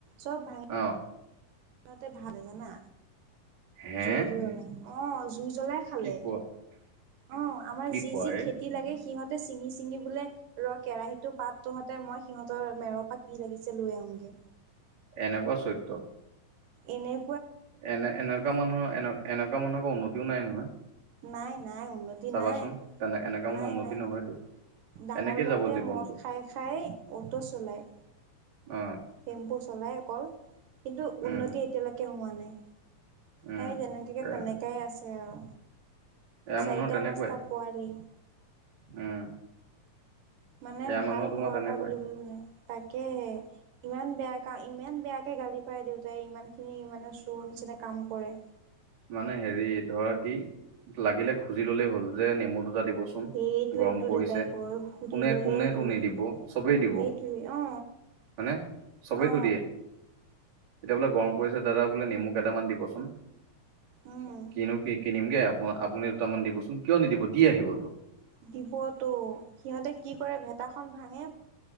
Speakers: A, on the right; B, on the right.
A: চব ভাঙি
B: অ
A: <unintelligible> ভালে জানা
B: হে
A: জুই <unintelligible> অ জুই জলাই খালে।
B: কি কোৱা
A: অ আমাৰ
B: কি
A: যি
B: কোৱা
A: যি
B: এই
A: খেতি লাগে সিহঁত চিঙি চিঙি বোলে ৰ কেৰাহীটো পাত তহঁতে। মই সিহঁতৰ মেৰৰ পৰা কি লাগিছে লৈ আহোগে।
B: এনেকুৱা চৰিত্ৰ।
A: এনেই
B: এনে এনেকুৱা মানুহৰ এ এনেকুৱা মানুহৰ উন্নতিও নাই নহয়।
A: নাই, নাই, উন্নতি
B: চাবাচোন
A: নাই।
B: তেনে এনেকা মানুহৰ
A: নাই,
B: উন্নতি
A: নাই।
B: নহয়তো
A: ডাঙৰ
B: এনেকে
A: ল'ৰাটোৱ
B: যাব জীৱনটো
A: মদ খাই খাই অটো চলায়
B: উম
A: টেম্পু চলাই আকৌ, কিন্তু উন্নতি
B: উম
A: এতিয়ালৈকে হোৱা নাই।
B: উম
A: সেই যেনেকাকে
B: এ
A: তেনেকাই আছে আও।
B: এয়া
A: চাৰিটা,
B: মানুহৰ তেনেকুৱাই
A: পাঁচটা পোৱালি।
B: উম
A: মানে
B: এয়া
A: ভাল
B: মানুহ তোমাৰ
A: ঘৰ
B: তেনেকুৱাই
A: এটা বুলিবলৈ নাই। তাক তাকেহে ইমান বেয়া কা ইমান বেয়াকে গালি পাৰে দেউ ইমান খিনি মানে চোৰৰ নিচিনা কাম কৰে।
B: মানে হেৰি ধৰা কি লাগিলে খুজি ল'লেই হ'ল যে নেমু দুটা দি দিব চোন
A: সেইটোৱেতো
B: গৰম পৰিছে
A: দেউতাই কয় সুধি
B: কোনে
A: ললেই
B: কোনেটো
A: হ'ল
B: নিদিব চবেই দিব
A: সেইটোৱে অ
B: হয়নে? চবেইতো
A: অ
B: দিয়ে। তেতিয়া বোলে গৰম পৰিছে দাদা বোলে নিমু কেইটামান দিবচোন।
A: উম
B: <unintelligible> কেক কিনিমগে আপ আপুনি দুটামান দিবচোন। কিয় নিদিব দি আহিবটো।
A: দিবটো, সিহঁতে কি কৰে ভেটাখন ভাঙে